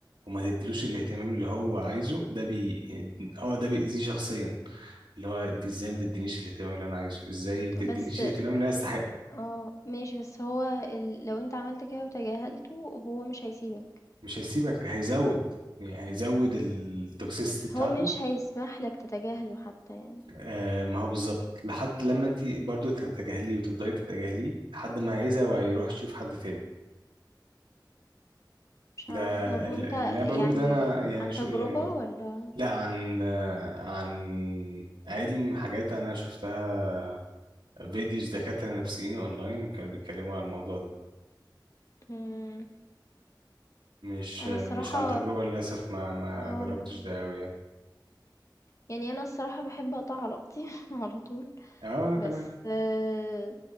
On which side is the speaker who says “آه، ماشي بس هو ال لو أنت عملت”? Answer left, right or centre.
Left